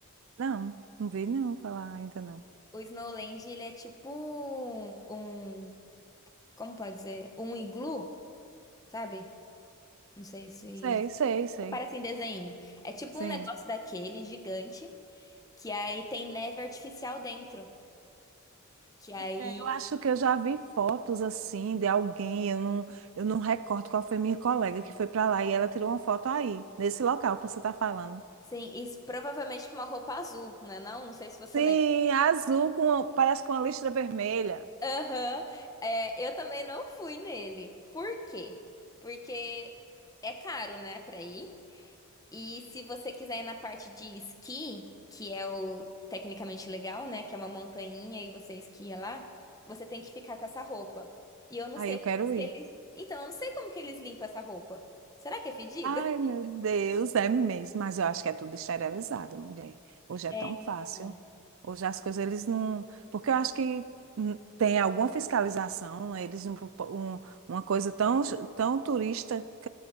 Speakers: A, on the right; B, on the left.
A: Não, não vi não falar ainda não.
B: O Snowland, ele é tipo um, um- como pode dizer? Um iglu, sabe? Não sei se
A: Sei, sei, sei.
B: parece em desenho. É tipo
A: Sim.
B: um negócio daquele gigante que aí tem neve artificial dentro, que aí
A: É, Eu acho que eu já vi fotos assim de alguém, eu não, eu não recordo qual foi minha colega que foi para lá e ela tirou uma foto aí, nesse local que você está falando.
B: sim, e provavelmente com uma roupa azul, né? Não, não sei se você
A: Sim,
B: lembra.
A: azul com, parece com uma listra vermelha.
B: Aham, É, eu também não fui nele. Por quê? Porque é caro, né, pra ir. E se você quiser ir na parte de esqui, que é o tecnicamente legal, né, que é uma montanha e você esquia lá, você tem que ficar com essa roupa. E eu não
A: Aí
B: sei
A: eu quero
B: como que
A: ir.
B: eles. Então, eu não sei como que eles limpam essa roupa. Será que é fedida?
A: Ai, meu Deus, é mesmo. Mas eu acho que é tudo esterilizado, mulher. Hoje é
B: É,
A: tão fácil.
B: então.
A: Hoje as coisas eles não. Porque eu acho que hum, tem alguma fiscalização, eles não propo- um- uma coisa tão, tão turística